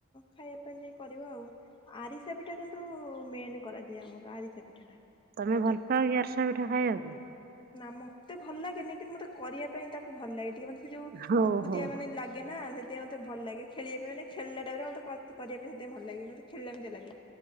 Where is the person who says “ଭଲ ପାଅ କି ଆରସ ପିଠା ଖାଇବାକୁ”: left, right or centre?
Right